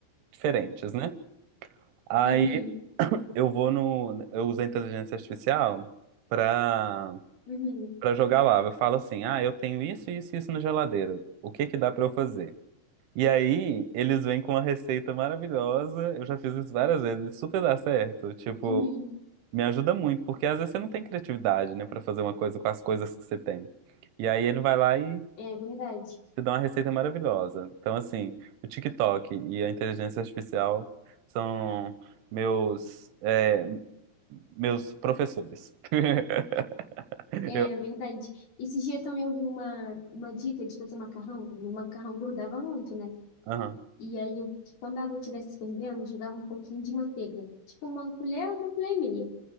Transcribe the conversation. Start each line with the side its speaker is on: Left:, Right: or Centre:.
Right: diferentes, né? Aí
Left: uhum,
Right: eu vou no. Eu uso a inteligência artificial pra,
Left: uhum,
Right: pra jogar lá. Eu falo assim: ah, eu tenho isso, isso e isso na geladeira. O que que dá pra eu fazer? E aí, eles vêm com uma receita maravilhosa. Eu já fiz isso várias vezes, e super dá certo. Tipo,
Left: uhum.
Right: me ajuda muito, porque às vezes você não tem criatividade, né, pra fazer uma coisa com as coisas que você tem. E aí ele vai lá e
Left: É verdade.
Right: te dá uma receita maravilhosa. Então, assim, o TikTok e a inteligência artificial são meus é, meus professores. <laughs> Eu,
Left: É verdade. Esse dia também eu vi uma, uma dica de fazer macarrão. Meu macarrão grudava muito, né?
Right: aham.
Left: E aí, eu, quando a água estivesse fervendo, eu jogava um pouquinho de manteiga. Tipo, uma colher, uma colher e meia.